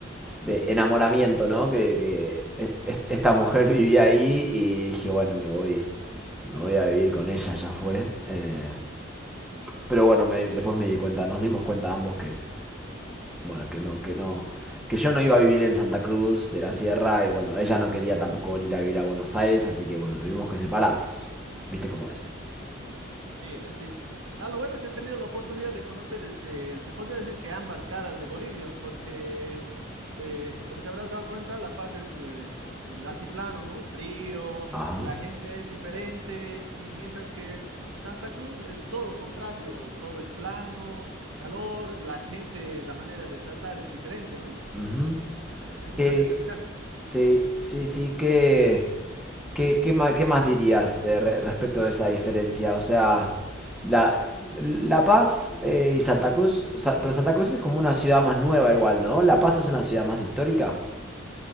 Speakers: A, in the centre; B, on the right.
A: de enamoramiento, ¿no? Que, que e- e- esta mujer vivía ahí y dije, bueno, me voy, me voy a vivir con ella, ya fue. Eh, pero bueno, me después me di cuenta, nos dimos cuenta ambos que, bueno, que no, que no, que yo no iba a vivir en Santa Cruz de la Sierra y bueno, ella no quería tampoco venir a vivir a Buenos Aires, así que bueno, tuvimos que separarnos. ¿Viste cómo es?
B: Sí, no, sí. Ah, lo bueno es que has tenido la oportunidad de conocer, este, se podría decir que ambas caras de Bolivia, porque, eh, como te habrás dado cuenta, La Paz es eh, el altiplano, ¿no? Frío,
A: Ajá.
B: la gente es diferente, y mientras que Santa Cruz es todo lo contrario, todo es plano, calor, la gente, la manera de tratar es diferente, ¿no?
A: Ujú.
B: Es un
A: Eh,
B: cambio radical.
A: sí, sí, sí, que... ¿Qué, qué ma- qué más dirías de re- respecto de esa diferencia? O sea, La, La Paz eh, y Santa Cruz, o sea, pero Santa Cruz es como una ciudad más nueva igual, ¿no? La Paz es una ciudad más histórica.